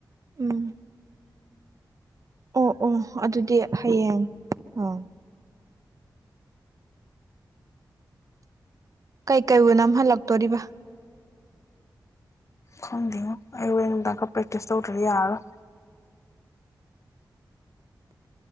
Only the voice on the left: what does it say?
ꯈꯪꯗꯦꯉꯣ ꯑꯩ ꯍꯣꯔꯦꯟ ꯅꯨꯡꯗꯥꯡ ꯈꯔ ꯄꯔꯦꯛꯇꯤꯁ ꯇꯧꯗ꯭ꯔꯗꯤ ꯌꯥꯔꯔꯣꯢ